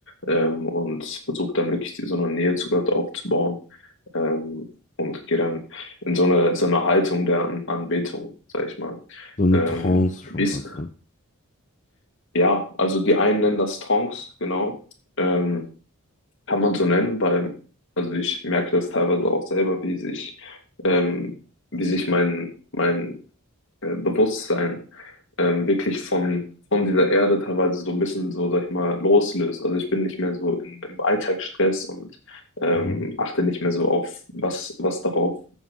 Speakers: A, on the left; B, on the left.
A: ähm, und versuche dann wirklich die, so eine Nähe zu Gott aufzubauen ähm, und gehe dann in so eine, so eine Haltung der An Anbetung, sag ich mal.
B: So eine
A: Ähm,
B: Trance schon
A: wie's,
B: was,
A: ja, also die einen nennen das Trance, genau. Ähm, kann man so nennen, weil, also ich merke das teilweise auch selber, wie sich, ähm, wie sich mein, mein äh, Bewusstsein ähm, wirklich von, von dieser Erde teilweise so ein bisschen so, sag ich mal, loslöst. Also ich bin nicht mehr so in, im Alltagsstress und ähm,
B: Mhm.
A: achte nicht mehr so auf, was, was darauf